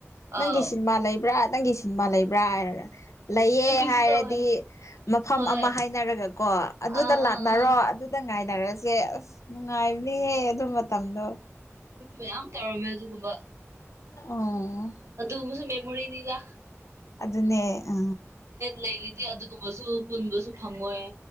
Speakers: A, on the left; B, on the right.
A: ꯅꯪꯒꯤ
B: ꯑꯥꯎ
A: ꯁꯤꯟꯃꯥ ꯂꯩꯕ꯭ꯔꯥ ꯅꯪꯒꯤ ꯁꯤꯟꯃꯥ ꯂꯩꯕ꯭ꯔꯥ ꯍꯥꯏꯔꯒ ꯂꯩꯌꯦ
B: ꯀꯩꯁꯨ
A: ꯍꯥꯏꯔꯗꯤ
B: ꯇꯧꯔꯣꯏ
A: ꯃꯐꯝ
B: ꯍꯣꯏ
A: ꯑꯃ ꯍꯥꯏꯅꯔꯒ ꯀꯣ ꯑꯗꯨꯗ
B: ꯑꯥ
A: ꯂꯥꯛꯅꯔꯣ
B: ꯑꯥ ꯑꯥ ꯑꯥ
A: ꯑꯗꯨꯗ ꯉꯥꯏꯅꯔꯁꯦ ꯑꯁ ꯅꯨꯡꯉꯥꯏꯕꯅꯦꯍꯦ ꯑꯗꯨ ꯃꯇꯝꯗꯣ
B: ꯃꯌꯥꯝ ꯇꯧꯔꯝꯃꯦ ꯑꯗꯨꯒꯨꯝꯕ
A: ꯑꯣ
B: ꯑꯗꯨꯃꯨꯁꯨ ꯃꯦꯃꯣꯔꯤꯅꯤꯗ
A: ꯑꯗꯨꯅꯦ ꯑ
B: ꯂꯩꯔꯤꯗꯤ ꯑꯗꯨꯒꯨꯝꯕꯁꯨ ꯄꯨꯟꯕꯁꯨ ꯐꯪꯉꯣꯏ